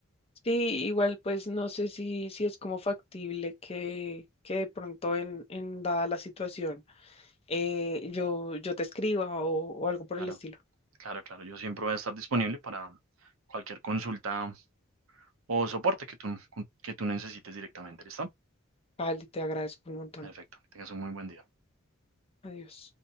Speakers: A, on the left; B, on the right.
A: Sí, igual pues no sé si, si es como factible que, que de pronto en, en dada la situación eh, yo, yo te escriba o, o algo por
B: Claro,
A: el estilo.
B: claro, claro. Yo siempre voy a estar disponible para cualquier consulta o soporte que tú, que tú necesites directamente, ¿listo?
A: Vale, te agradezco un montón.
B: Perfecto. Que tengas un muy buen día.
A: Adiós.